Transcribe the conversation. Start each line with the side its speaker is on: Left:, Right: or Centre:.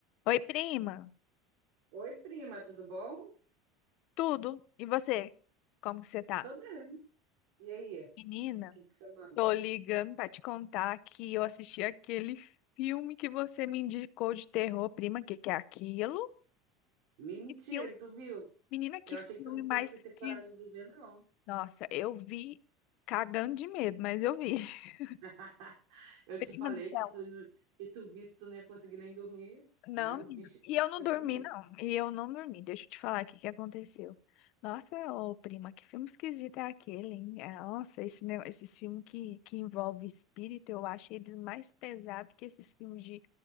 Left: Oi, prima.
Right: Oi, prima, tudo bom?
Left: Tudo? E você? Como que você tá?
Right: Tô bem. E aí, o
Left: Menina,
Right: que que você manda?
Left: tô ligando pra te contar que eu assisti aquele filme que você me indicou de terror, prima, que que é aquilo?
Right: Mentira
Left: Que filme?
Right: que tu viu.
Left: Menina, que
Right: Eu achei
Left: filme
Right: que tu não
Left: mais
Right: fosse ter coragem
Left: que...
Right: de ver, não.
Left: Nossa, eu vi cagando de medo, mas eu vi. <laughs>
Right: <laughs> Eu
Left: Prima
Right: te falei
Left: do céu.
Right: que tu, não- que tu visse, tu não ia conseguir nem dormir,
Left: Não,
Right: mas
Left: menina.
Right: o bicho
Left: E eu não
Right: é
Left: dormi,
Right: sinistro.
Left: não. E eu não dormi. Deixa eu te falar aqui o que aconteceu. Nossa, ô prima, que filme esquisito é aquele, hein? É, Nossa, esse, ne- esses filmes que, que envolvem espírito, eu acho eles mais pesados que esses filmes de,